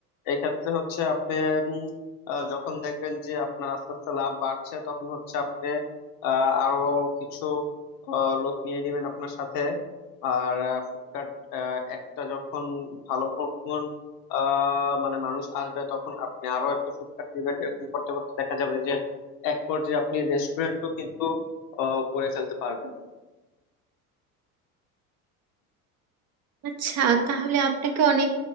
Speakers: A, on the left; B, on the right.
A: এক্ষেত্রে হচ্ছে আপনি উম, আহ, যখন দেখবেন যে আপনার আস্তে আস্তে লাভ বাড়ছে তখন হচ্ছে আপনি আহ, আরো কিছু আহ, লোক নিয়ে নেবেন আপনার সাথে আর ফুডকার্ট একটা যখন ভালো পরিমাণ আহ মানে মানুষ আসবে তখন আপনি আরো একটা ফুডকার্ট নেবেন এরকম করতে করতে দেখা যাবে যে এক পর্যায়ে আপনি রেস্টুরেন্টও কিন্তু আহ, করে ফেলতে পারবেন
B: আচ্ছা তাহলে আপনাকে অনেক